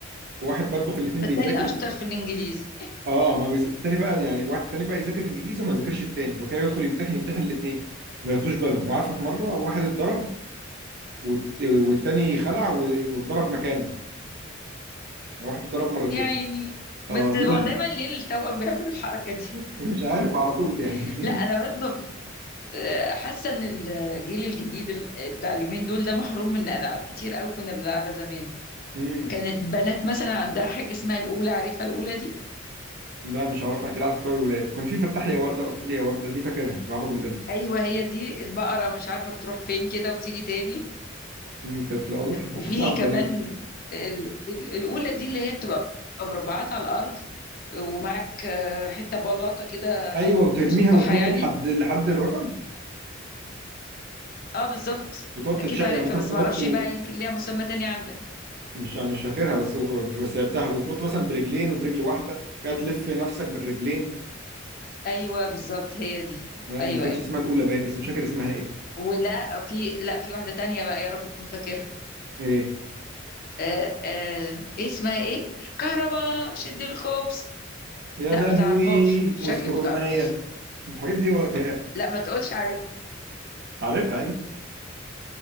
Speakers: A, on the right (about 55°); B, on the left (about 45°).
A: فواحد برضه في الاثنين
B: فالتاني
A: بيذاكر
B: اشطر في الانجليزي
A: اه ما بيز... التاني بقى يعني واحد التاني بقى يذاكر الانجليزي وما يذاكرش التاني وكده يدخل يمتحن يمتحن الاثنين ما ياخدوش بالهم وعارفه في مره واحد اتضرب والت... والتاني خلع و... واتضرب مكانه يعني واحد اتضرب مرتين
B: يا عيني
A: اه
B: بس هو
A: دي بقى
B: دايما ليه التوأم بيعملوا الحركه دي
A: <laughs> مش عارف على طول يعني
B: <laughs>
A: دي
B: لا انا برضه آه، حاسه ان الجيل الجديد ال- بتاع اليومين دول ده محروم من العاب كتير قوي كنا بنلعبها زمان
A: امم
B: كانت بنات مثلا عندها حاجه اسمها الاولى عارفها الاولى دي
A: لا مش عارف انا كده عارف بتوع الولاد وكان في فتح لي يا ورده وقفل لي يا ورده دي فاكرها كنا بنلعبها كلنا
B: ايوه هي دي البقره مش عارفه بتروح فين كده وتيجي تاني
A: امم كانت لا والله
B: وفي
A: كانت لعبه
B: كمان
A: ظريفه
B: ال- ال- الأولى دي اللي هي بتبقى مربعات على الأرض ومعاك آه، حتة بلاطة كده
A: ايوه وترميها
B: مسطحة
A: وتنط
B: يعني
A: لحد لحد الرقم
B: اه بالظبط
A: وتقعد تتشق
B: أكيد عارفها
A: يعني مثلا
B: بس
A: تنط
B: معرفش بقى يمكن ليها مسمى تاني عندك
A: مش انا مش فاكرها بس بس لعبتها وتنط مثلا برجلين وبرجل واحده كده تلف نفسك بالرجلين
B: أيوه بالظبط هي دي
A: لا،
B: أيوه
A: ما كانش
B: أيوه
A: اسمها الاولى باين بس مش فاكر اسمها ايه
B: ولا في لا في واحدة تانية بقى يا رب تكون فاكرها
A: ايه
B: آه آه إيه اسمها إيه؟ كهربا شد الكوبس
A: يا
B: لا
A: لهوي
B: ما تعرفهاش شكلك
A: والسغمايه
B: ما تعرفهاش
A: الحاجات دي هو ك-
B: لا ما تقولش عارف
A: عارفها ايوه